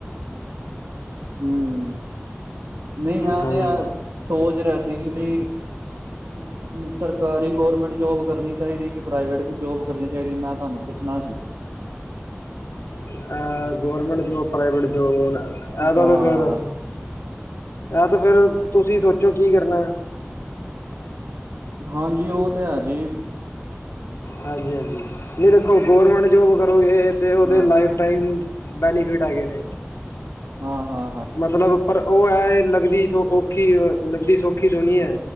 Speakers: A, on the right; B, on the left.
A: ਹੂੰ-ਹੂੰ ਨਈ ਮੈਂ
B: ਹਾਂਜੀ
A: ਤੇ ਆ ਸੋਚ ਰਿਆ ਸੀ ਕੀ ਬਈ <unintelligible> ਸਰਕਾਰੀ ਗੋਰਮੈਂਟ ਜੋਬ ਕਰਨੀ ਚਾਈਦੀ ਕੀ ਪ੍ਰਾਈਵੇਟ ਜੋਬ ਕਰਨੀ ਚਾਈਦੀ ਮੈਂ ਤੁਹਾਨੂੰ ਪੁੱਛਣਾ ਸੀ?
B: ਅਹ ਗੌਰਮੈਂਟ ਜੋਬ ਪ੍ਰਾਈਵੇਟ ਜੋਬ ਐਦਾ
A: ਹਾਂ
B: ਤੇ ਫੇਰ ਐ ਤੇ ਫੇਰ ਤੁਸੀਂ ਸੋਚੋ ਕੀ ਕਰਨੈ।
A: ਹਾਂਜੀ ਓ ਤੇ ਹੈ ਜੀ।
B: ਹਾਂਜੀ-ਹਾਂਜੀ ਨਈ ਦੇਖੋ ਗਰਮੈਂਟ ਜੋਬ ਕਰੋਗੇ ਤੇ
A: ਹਾਂ
B: ਓਦੇ ਲਾਈਫ ਟਾਈਮ ਬੈਨੀਫਿਟ ਹੈਗੇ ਨੇ।
A: ਹਾਂ-ਹਾਂ।
B: ਮਤਲਬ ਪਰ ਓ ਐ ਏ ਲੱਗਦੀ ਸੋ ਔਖੀ ਲੱਗਦੀ ਸੌਖੀ ਸੋਣੀ ਐ।